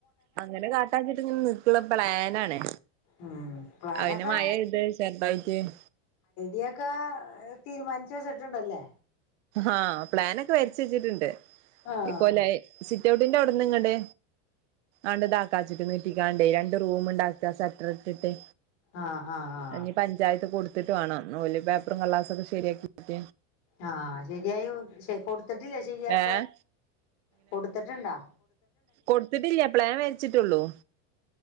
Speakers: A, on the right; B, on the left.
A: അങ്ങനെ കാട്ടാ ചിട്ട് ഇങ്ങനെ നിക്കുള്ള പ്ലാനാണേ
B: ഉം പ്ലാനൊക്കെ
A: അവന്റെ മഴ ഇത് ചെറുതായിട്ട് <unintelligible> ദായി
B: ഇയൊക്കെ തീരുമാനിച്ചു വെച്ചിട്ടുണ്ടല്ലേ
A: ആഹ് പ്ലാനൊക്കെ വരിച് വെച്ചിട്ടുണ്ട്
B: ആഹ
A: ഇക്കോല സിറ്റ്ഔട്ട് തിന്റെ അവിടന്ന് ഇങ്ങട് അണ്താക്കാച്ചിട്ട് നട്ടിക്കാണ്ടേ രണ്ട് റൂം ഉണ്ടാക്ക ഷട്ടർ ഇട്ടിട്ട്
B: ആഹ് ആഹ് ആഹ്
A: ഇനി പഞ്ചായത്ത് കൊടുത്തിട്ട് വേണം നൂല് അപ്പറം കള്ളാസൊക്കെ ശരിയാക്കിയിട്ട
B: ആഹ ശെരിയായി കൊടു കൊടുത്തിട്ടില്ല ശരിയാക്കാ
A: ഏഹ്
B: കൊടുത്തിട്ടുണ്ടോ
A: കൊട്ത്തിട്ടില്ല പ്ലേൻ വെര്ച്ച്ട്ടൊള്ളു